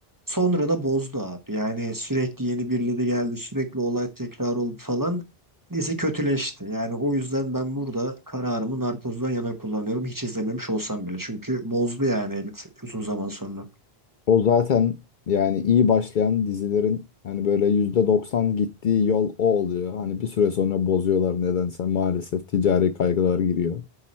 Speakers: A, on the right; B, on the left.
A: sonra da bozdu abi. Yani sürekli yeni birileri geldi, sürekli olay tekrar oldu falan. Dizi kötüleşti. Yani o yüzden ben burada kararımı Narcos'dan yana kullanıyorum. Hiç izlememiş olsam bile. Çünkü bozdu yani Elit uzun zaman sonra.
B: O zaten yani iyi başlayan dizilerin hani böyle %90 gittiği yol o oluyor. Hani bir süre sonra bozuyorlar nedense maalesef ticari kaygılar giriyor.